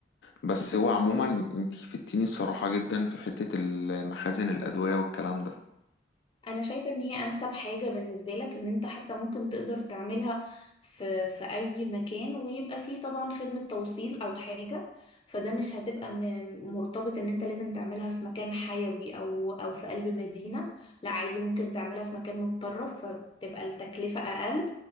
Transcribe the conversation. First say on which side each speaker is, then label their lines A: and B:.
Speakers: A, on the left; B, on the left.
A: بس هو عموما انتي فدتيني الصراحة جدا في حتة المخازن الأدوية والكلام ده
B: انا شايفة ان هي انسب حاجة بالنسبة لك ان انت حتى ممكن تقدر تعملها في في اي مكان ويبقى فيه طبعا خدمة توصيل او حاجة فده مش هتبقى م- مرتبط ان انت لازم تعملها في مكان حيوي او او في قلب مدينة لا عادي ممكن تعملها في مكان متطرف فتبقى التكلفة اقل